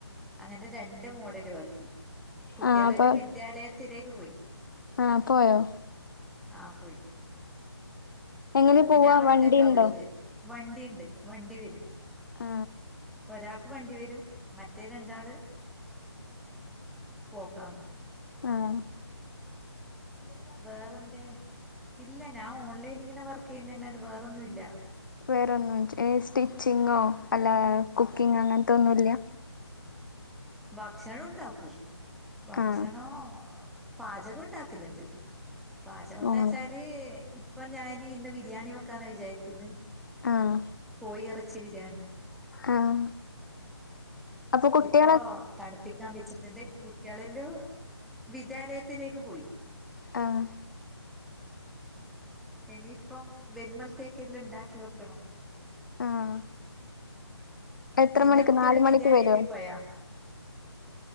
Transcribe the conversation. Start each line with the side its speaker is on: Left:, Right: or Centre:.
Centre: അങ്ങനെ രണ്ട് മോഡലും ആക്കി കുട്ട്യാളെല്ലോ
Left: ആ അപ്പൊ
Centre: വിദ്യാലയത്തിലേക്ക് പോയി
Left: ആ പോയോ
Centre: ആ പോയി
Left: എങ്ങനെ
Centre: ഇപ്പോ
Left: പോവാ
Centre: ഞ ഒറ്റക്കാ
Left: വണ്ടിണ്ടോ
Centre: ഉള്ളത് വണ്ടിണ്ട് വണ്ടി വരും
Left: ആ
Centre: ഒരാക്ക് വണ്ടി വരും മറ്റേ രണ്ടാള് പോക്കാന്ന്
Left: ആഹ
Centre: വേറെ എന്ത ഇല്ല ഞാൻ ഓൺലൈനി ഇങ്ങനെ വർക്ക് ചെയ്യുന്നല്ലാണ്ട് വേറെന്നും ഇല്ല
Left: വേറെ ഒന്നും സ്റ്റിച്ചിങ്ങോ അല്ല കുക്കിങ് അങ്ങനത്തെ ഒന്നും ഇല്ലയ
Centre: ഭക്ഷണം ഉണ്ടാക്കൂ ഭക്ഷണ
Left: ആഹ്
Centre: പാചകം ഉണ്ടാക്കില്ലുണ്ട് പാചകം എന്ന്
Left: ആഹ്
Centre: വെച്ചാല് ഇപ്പൊ ഞൻ ഇന്ന് ബിരിയാണി വെക്കന്ന വിചാരിക്കുന്നെകോഴി
Left: ആഹ്
Centre: ഇറ ച്ചി ബിരിയാണി
Left: ആഹ അപ്പൊ കുട്ടി
Centre: ഇപ്പോൊ തണുപ്പിക്കാൻ വെച്ചിട്ടുണ്ട് കുട്ടികളില് വിദ്യാലയത്തിലേക്ക് പോയി.
Left: ആഹ
Centre: ഇനിയിപ്പം വെരുമളത്തേക്കെ എല്ല ഉണ്ടാക്കി വെക്കണം.
Left: ആഹ് എത്ര
Centre: നിന്റെ
Left: മണിക്ക്
Centre: കുട്ടികള്
Left: നാല് മണിക്ക്
Centre: വിദ്യാലയത്തിൽ
Left: വരുവോ
Centre: പോയാ?